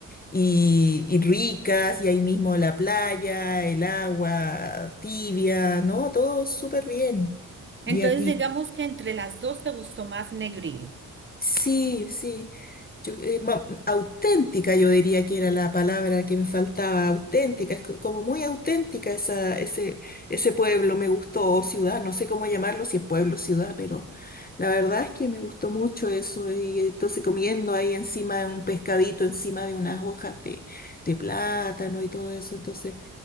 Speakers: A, on the left (about 25°); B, on the right (about 35°).
A: y, y ricas, y ahí mismo la playa, el agua tibia, ¿no? Todo súper bien.
B: Entonces,
A: ¿Y a ti?
B: digamos que entre las dos te gustó más Negril.
A: Sí, sí. yo- eh, ma- auténtica, yo diría que era la palabra que me faltaba, auténtica, es co- como muy auténtica esa, ese, ese pueblo, me gustó, o ciudad, no sé cómo llamarlo, si es pueblo, ciudad, pero la verdad es que me gustó mucho eso, y eh, entonces comiendo ahí encima de un pescadito, encima de unas hojas de, de plátano y todo eso, entonces